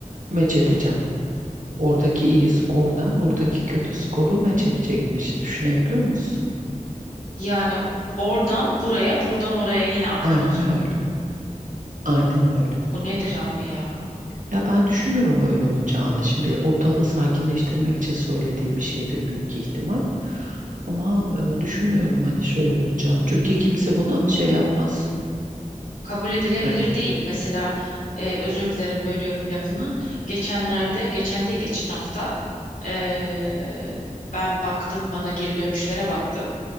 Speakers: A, on the right; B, on the left.
A: meç edeceğim. Oradaki iyi skordan buradaki kötü skoru meç edecekmiş. Düşünebiliyor musun?
B: Yani oradan buraya, buradan oraya yine aktaracak.
A: Aynen öyle. Aynen öyle.
B: Bu nedir abi ya?
A: Ya ben düşünmüyorum öyle olacağını. Şimdi ortalığı sakinleştirmek için söylediği bir şeydir büyük ihtimal. Ama e, düşünmüyorum hani şöyle olacağını. Çünkü kimse buna şey yapmaz.
B: Kabul edilebilir
A: Ya,
B: değil. Mesela e, özür dilerim bölüyorum lafını. Geçenlerde, geçen değil geçen hafta e, ben baktım bana geri dönüşlere baktım.